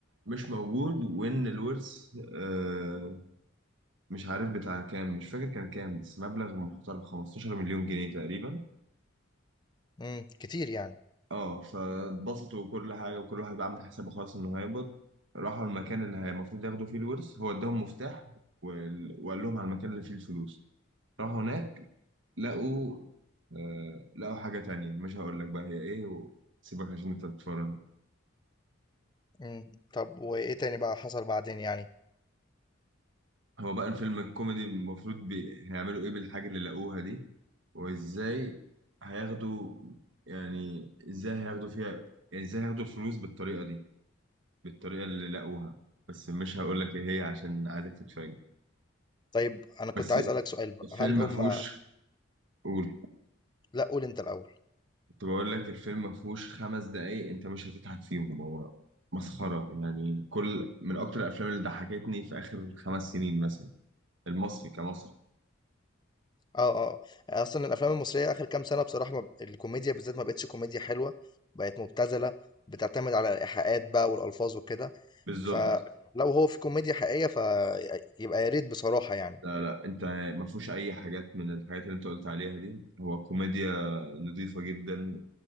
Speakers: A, on the right (about 65°); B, on the left (about 20°).
A: مش موجود وان الورث آه، مش عارف بتاع كام مش فاكر كان كام بس مبلغ محترم 15 مليون جنيه تقريبا
B: امم كتير يعني
A: اه فاتبسطوا وكل حاجه وكل واحد بقى عامل حسابه خلاص انه هيقبض راحوا المكان اللي هي- المفروض ياخدوا فيه الورث هو اداهم مفتاح وال- وقال لهم على المكان اللي فيه الفلوس راحوا هناك لقوا آه لقوا حاجه تانية مش هقول لك بقى هي ايه وسيبك عشان انت تتفرج
B: امم طب وايه تاني بقى حصل بعدين يعني
A: هو بقى الفيلم الكوميدي المفروض بي... هيعملوا ايه بالحاجة اللي لقوها دي وازاي هياخدوا يعني ازاي هياخدوا فيها يعني ازاي هياخدوا الفلوس بالطريقة دي بالطريقة اللي لقوها بس مش هقول لك ايه هي عشان عايزك تتفاجئ
B: طيب انا كنت
A: بس
B: عايز اسالك سؤال بقى
A: الفيلم
B: هل
A: ما
B: هم
A: فيهوش
B: آه،
A: قول
B: لأ قُل أنت الأول.
A: كنت بقول لك الفيلم ما فيهوش خمس دقايق انت مش هتضحك فيهم هو مسخرة يعني كل من اكتر الافلام اللي ضحكتني في اخر خمس سنين مثلا المصري كمصري
B: آه، آه. أصلًا الأفلام المصرية آخر كام سَنة بصراحة ما الكوميديا بالذات ما بقِتش كوميديا حلوة، بقت مُبتذلة، بتعتمد على الإيحاءات بقى والألفاظ وكده،
A: بالظبط
B: فلو هو في كوميديا حقيقية فيبقى يا ريت بصراحة يعني.
A: لا لا انت ما فيهوش اي حاجات من الحاجات اللي انت قلت عليها دي هو كوميديا نظيفة جدا